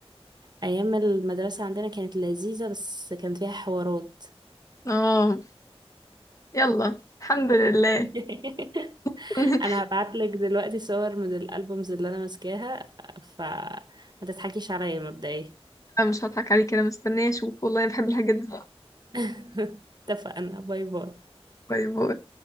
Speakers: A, on the right; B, on the left.
A: أيام المدرسة عندنا كانت لذيذة بس كان فيها حوارات
B: اه يلا الحمد لله
A: <laughs>
B: <laughs>
A: أنا هبعتلك دلوقتي صور من الألبومز اللي أنا ماسكاها فما تضحكيش عليا مبدئيا
B: لا مش هضحك عليك انا مستنيه اشوف والله انا بحب الحاجات دي
A: <laughs> اتفقنا باي باي
B: باي باي